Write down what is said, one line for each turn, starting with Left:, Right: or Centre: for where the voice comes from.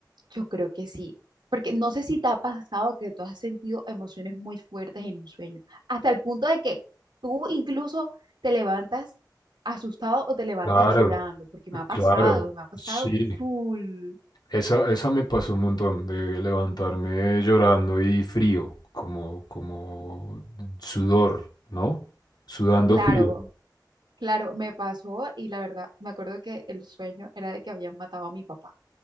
Right: yo creo que sí, porque no sé si te ha pasado que tú has sentido emociones muy fuertes en un sueño, hasta el punto de que tú incluso te levantas asustado o te levantas
Left: Claro,
Right: llorando, porque me ha pasado,
Left: claro.
Right: me ha pasado
Left: Sí.
Right: full.
Left: Esa, esa me pasó un montón de levantarme llorando y frío, como, como sudor, ¿no? Sudando
Right: Claro,
Left: frío.
Right: claro, me pasó y la verdad, me acuerdo que el sueño era de que habían matado a mi papá.